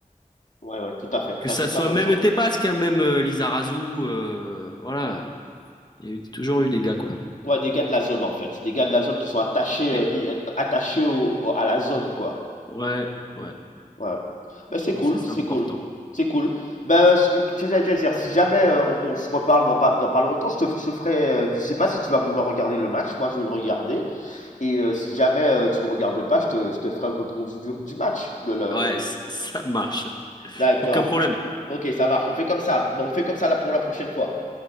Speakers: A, on the left; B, on the left.
A: Ouais, ouais, tout à fait.
B: Que
A: Tu
B: ça
A: as tout
B: soit
A: à fait
B: même
A: raison.
B: des Basques, hein, même euh, Lizarazu, euh, voilà. Il y a eu- toujours eu des gars, quoi.
A: Ouais, des gars de la zone, en fait. Des gars de la zone qui sont attachés,
B: Et,
A: heu et attachés au au à la zone, quoi.
B: ouais, ouais,
A: Ouais, ouais. Bah, c'est
B: je pense
A: cool,
B: que c'est
A: c'est
B: important.
A: cool, c'est cool. Ben, euh, ce que ce que j'allais te dire, si jamais, heu, on on se reparle dans pas dans pas longtemps, je te f je te ferai, heu je sais pas si tu vas vouloir regarder le match, moi je vais le regarder Et euh, si jamais euh, tu le regardes pas, je te, je te ferai un compte rendu du, du match. De le...
B: Ouais, c- ça marche.
A: D'accord.
B: Aucun problème.
A: Ok, ça marche. On fait comme ça. Mais on fait comme ça là pour la prochaine fois.